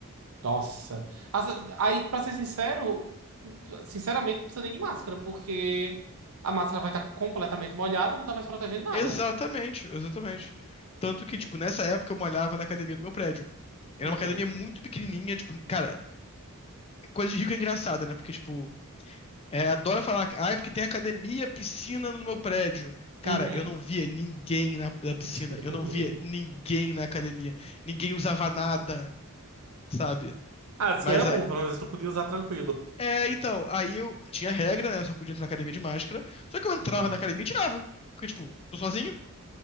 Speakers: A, on the right; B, on the left.
A: Nossa. As- Aí, pra ser sincero, sinceramente, não precisa nem de máscara, porque a máscara vai estar completamente molhada, não tá mais protegendo nada.
B: Exatamente, exatamente. Tanto que, tipo, nessa época eu malhava na academia do meu prédio. Era
A: Uhum.
B: uma academia muito pequenininha, tipo, cara, coisa de rico é engraçada, né? Porque, tipo, é, adora falar, ah, é porque tem academia, piscina no meu prédio. Cara,
A: Uhum.
B: eu não via ninguém na, na piscina,
A: <laughs>
B: eu não via ninguém na academia, ninguém usava nada, sabe?
A: Ah, assim
B: Mas,
A: era bom,
B: a-
A: pelo menos tu podia usar tranquilo.
B: é, então, aí eu tinha regra, né? Eu só podia entrar na academia de máscara, só que eu entrava
A: Uhum.
B: na academia e tirava, porque, tipo, tô sozinho.